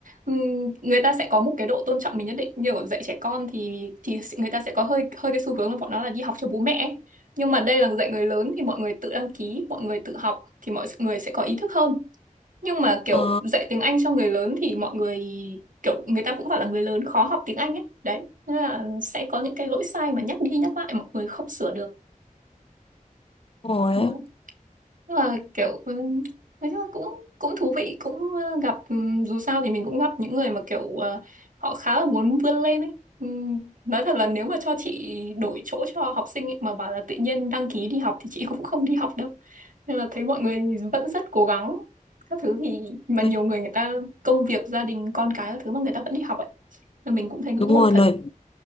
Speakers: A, on the right (about 70°); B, on the left (about 40°).
A: ừm, người ta sẽ có một cái độ tôn trọng mình nhất định. Như ở dạy trẻ con thì thì người ta sẽ có hơi hơi cái xu hướng là bọn nó là đi học cho bố mẹ ấy. Nhưng mà đây là dạy người lớn thì mọi người tự đăng ký, mọi người tự học thì mọi người sẽ có ý thức hơn. Nhưng mà kiểu
B: Ờ,
A: dạy tiếng Anh cho người lớn thì mọi người kiểu người ta cũng bảo là người lớn khó học tiếng Anh ấy. Đấy, nên là sẽ có những cái lỗi sai mà nhắc đi nhắc lại mọi người không sửa được.
B: đúng rồi
A: Đó. Nhưng mà kiểu ừ, nói chung là cũng cũng thú vị cũng ờ, gặp ừ, dù sao thì mình cũng gặp những người mà kiểu ờ, họ khá là muốn vươn lên ấy Ừ, nói thật là nếu mà cho chị đổi chỗ cho học sinh ấy, mà bảo là tự nhiên đăng ký đi học thì chị cũng không đi học đâu nên là thấy mọi người vẫn rất cố gắng các thứ thì mà
B: đấy
A: nhiều người người ta công việc gia đình con cái các thứ mà người ta vẫn đi học ấy là mình cũng thấy ngưỡng
B: Đúng
A: mộ
B: rồi,
A: thật
B: nói,